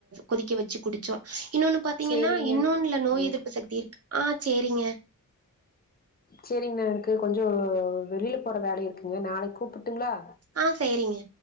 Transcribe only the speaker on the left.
சேரிங்க
ம்
சரிங்க எனக்கு கொஞ்சோ வெளில போற வேலை இருக்குங்க நாளைக்கு கூப்புட்டுங்களா